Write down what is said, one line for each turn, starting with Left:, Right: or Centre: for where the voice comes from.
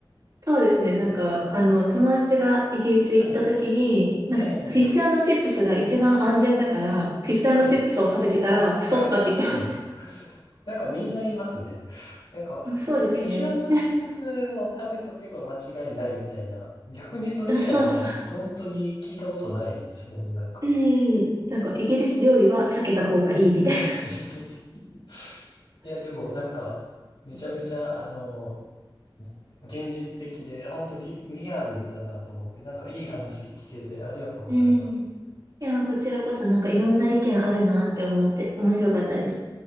Right: そうですね。
Left: なんで
Right: なんか、あの、友達がイギリス行った時に、
Left: はい。
Right: なんか、
Left: ええ、
Right: フィッシュチップスが一番安全だから、フィッシュチップスを食べてたら太ったって言ってました。
Left: はい。あ、やっぱそうなんですか。<laughs> なんかみんな言いますね。なんか、
Right: うんそうですね。
Left: いフィッシュチップスを食べとけば間違いないみたいな。逆にそれ以外の話、
Right: うんそうそう。
Left: 本当に聞いたことないですもんね、なんか。
Right: うん。なんかイギリス料理は避けた方がいいみたいな。
Left: <laughs> いや、でもなんか、めちゃめちゃ、あの、現実的で、本当リ、リアルだなと思って、なんかいい話聞けてありがとうございます。
Right: うん。いや、こちらこそなんかいろんな意見あるなって思って面白かったです。